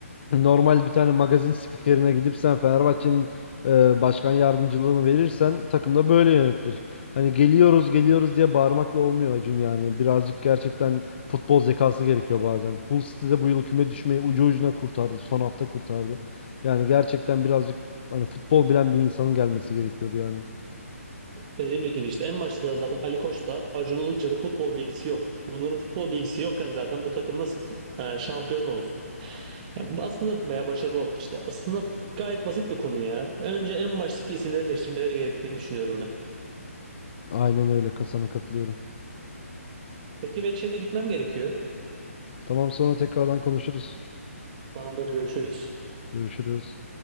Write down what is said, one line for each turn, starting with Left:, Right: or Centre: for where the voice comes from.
Left: normal bir tane magazin spikerine gidip sen Fenerbahçe'nin e, başkan yardımcılığını verirsen takım da böyle yönetilir. Hani geliyoruz geliyoruz diye bağırmakla olmuyor Acun yani. Birazcık gerçekten futbol zekası gerekiyor bazen. Hull City'de bu yıl küme düşmeyi ucu ucuna kurtardı. Son hafta kurtardı. Yani gerçekten birazcık hani futbol bilen bir insanın gelmesi gerekiyordu yani.
Right: Dediğim gibi işte en başta da zaten Ali Koç'ta Acun Ilıcalı futbol bilgisi yok. Bunların futbol bilgisi yokken zaten bu takım nasıl fut- e, şampiyon olsun? Yani bu aslında veya başarılı olsun işte. Aslında gayet basit bir konu ya. Önce en baştaki isimleri değiştirmeleri gerektiğini düşünüyorum ben.
Left: Aynen öyle. Kasana katılıyorum.
Right: Peki ben şimdi gitmem gerekiyor.
Left: Tamam sonra tekrardan konuşuruz.
Right: Tamamdır görüşürüz.
Left: Görüşürüz.